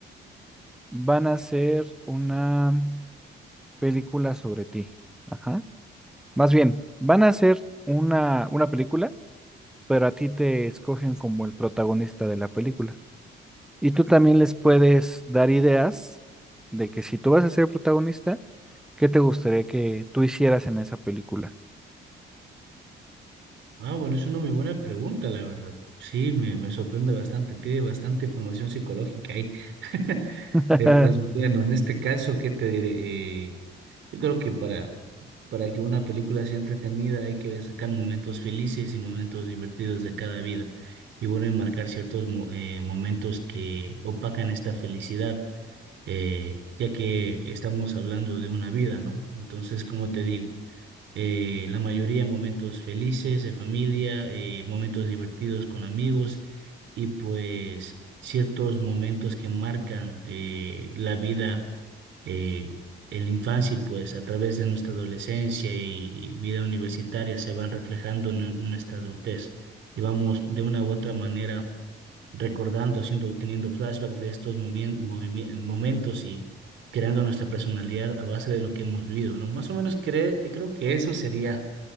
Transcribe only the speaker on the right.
Ah, bueno, es una muy buena pregunta, la verdad. Sí, me, me sorprende bastante. Tiene bastante información psicológica ahí. <laughs>
Eh, pues bueno, en este caso, ¿qué te diré? Eh, yo creo que para, para que una película sea entretenida hay que destacar momentos felices y momentos divertidos de cada vida. Y bueno, enmarcar ciertos mo- eh, momentos que opacan esta felicidad, eh, ya que estamos hablando de una vida, ¿no? Entonces, como te digo? eh, la mayoría momentos felices de familia, eh, momentos divertidos con amigos y pues ciertos momentos que marcan eh, la vida eh, en la infancia y pues a través de nuestra adolescencia y vida universitaria se van reflejando en en nuestra adultez y vamos de una u otra manera recordando, haciendo, teniendo flashback de estos movien- movimi- momentos y creando nuestra personalidad a base de lo que hemos vivido, ¿no? Más o menos cre- creo que eso sería